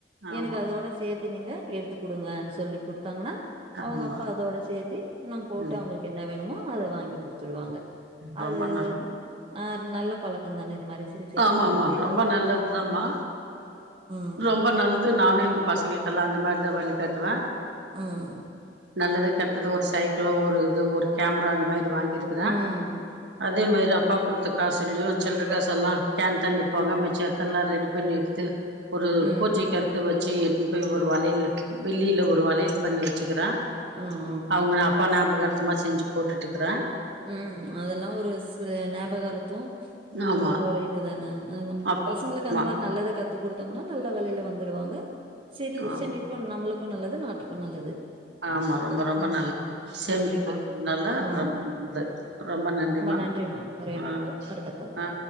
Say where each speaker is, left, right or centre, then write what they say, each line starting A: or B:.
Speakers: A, on the right; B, on the right.
A: ஆமா
B: எனக்கதோட சேத் து நீங்க எடுத்து குடுங்கன் சொல்லி குடுத்தாங்கனா
A: ஆமா
B: அவங்க அப்பா அதோட சேத்தி இன்னு போட்டு
A: ம்
B: அவங்களுக்கு என்ன வேணுமோ அத வாங்கி குடுத்துருவாங்க
A: ரொம்ப
B: அது
A: நல்ல
B: ஆ நல்ல பழக்கந்தான இது மாரி சிறு சேமிப்புலா
A: ஆமா ஆமா ரொம்ப நல்லது தாமா
B: ம்.
A: ரொம்ப நல்லது நானு எங் பசங்களுக்கெல்லா அந்த மாரிதா வழிகாட்டுவே
B: ம்ம்
A: நல்லது கெட்டது ஒரு சைக்கிளோ ஒரு இது ஒரு கேமரா அந்த மாரி வாங்கிருக்குறே
B: ம்.
A: அதே மாரி அப்பா குடுத்த காசுல்லயு சில்ற காசு எல்லா கேன் தண்ணி போக மிச்ச தெல்லா ரெடி பண்ணி எடுத்து ஒரு
B: ம்.
A: பூஜைக் அடுத்து வச்சு எட்டுனு போய் ஒரு வளையல் வெள்ளியில ஒரு வளையல் பண்ணி வச்சுக்கிறே
B: ஆ, ஆ.
A: அவுங்க அப்பா ஞாபகர்த்தமா செஞ்சு போட்டுட்டு இருக்குறே
B: ம் அதெல்லா ஒரு சு ஞாபகாரத்தோ
A: ஆமா
B: நம்மளுக்கு ஒரு இது தானே அதொன்னு
A: அப்பா
B: பசங்களுக் கு
A: ஆமா
B: அந்த மாரி நல்லத கத்து கொடுத்தங்கன்னா நல்ல வழியில வந்துருவாங்க சிறு
A: ஆம்
B: சேமிப் பு நம்மளுக்கு நல்லது நாட்டுக்கு நல்லது
A: ஆமா ரொம்ப ரொம்ப
B: ம்
A: நல்லது சேமித்துக்கிறதுனால
B: நன்றிம்மா. ம்
A: ரொம்ப நல்லது ரொம்ப நன்றிமா
B: நன்றிம்மா உரையாடலுக்கு.
A: ஆ
B: அடுத்த கால்ல
A: ஆ